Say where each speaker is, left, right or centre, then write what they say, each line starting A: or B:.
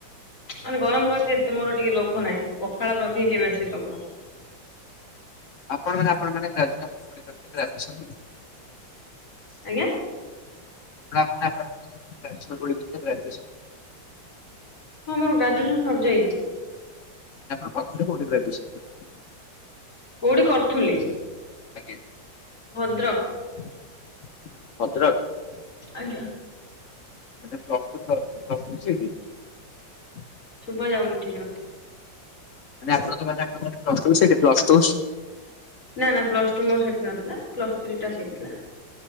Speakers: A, on the left (about 40°); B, on the left (about 60°).
A: ମାନେ ଗରମ ପ୍ରତି ଏତେ ମୋର ଟିକେ ଲୋଭ ନାହିଁ ।ପଖାଳ ପ୍ରତି ହିଁ ଟିକେ ବେଶୀ ଲୋଭ।
B: ଆପଣ ମାନେ ଆପଣ ମାନେ ଛନ୍ତି <inaudible>
A: ଆଜ୍ଞା।
B: ଗଜୁ <inaudible>
A: ହଁ ମୋର ଗ୍ରାଜୁଏସନ ସରିଯାଇଛି।
B: ଏ କ କଠାଇ <inaudible>
A: କୋଉଠି କରୁଥିଲି?
B: ଆଜ୍ଞା।
A: ଭଦ୍ରକ
B: ଭଦ୍ରକ
A: ଆଜ୍ଞା।
B: ଆଚାସ୍ତୁତ ପ୍ରସ୍ତୁତ ଶ <inaudible>
A: ଶୁଭା ଯାଉନି ଠିକ ର
B: ଆପଣ ତ ମାନେ ଆଣ କ୍ ଟୁ ବିଷ କ୍ଲଷ୍ଟ ଟୁ <inaudible>
A: ନା ନା ପ୍ଲସ ଟୁ ମୋର ସେଠି ନଥିଲା ପ୍ଲସ ଥ୍ରୀ ଟା ସେଠିଥିଲା।